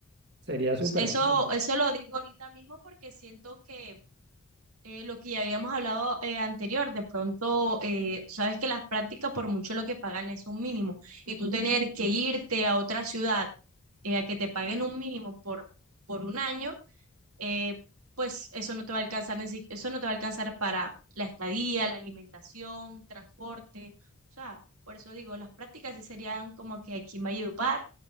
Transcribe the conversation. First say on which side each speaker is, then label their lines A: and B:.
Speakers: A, on the right; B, on the right.
A: Sería súper
B: Eso,
A: chévere.
B: eso lo digo ahorita mismo porque siento que eh, lo que ya habíamos hablado eh, anterior, de pronto, eh, sabes que las prácticas por mucho lo que pagan es un mínimo y tú tener que irte a otra ciudad eh, a que te paguen un mínimo por, por un año, eh, pues eso no te va a alcanzar, ni si- eso no te va a alcanzar para la estadía, la alimentación, transporte, o sea, por eso digo, las prácticas sí serían como que aquí en Valledupar